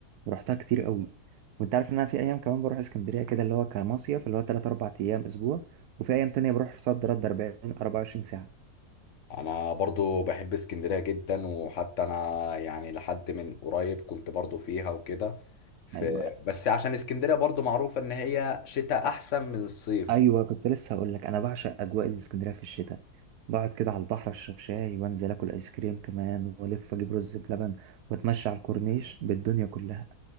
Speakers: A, on the right; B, on the left.
A: ورحتها كتير قوي وانت عارف ان انا في ايام كمان بروح اسكندريه كده اللي هو كمصيف اللي هو 3 4 ايام اسبوع وفي ايام تانية بروح صد رد 40 24 ساعه
B: انا برضو بحب اسكندرية جدا وحتى انا يعني لحد من قريب كنت برضو فيها وكده ف...
A: ايوه
B: بس عشان اسكندرية برضو معروفة ان هي شتاء احسن من الصيف
A: ايوه كنت لسه هقول لك انا بعشق اجواء الاسكندريه في الشتاء بقعد كده على البحر اشرب شاي وانزل اكل ايس كريم كمان والف اجيب رز بلبن واتمشى على الكورنيش بالدنيا كلها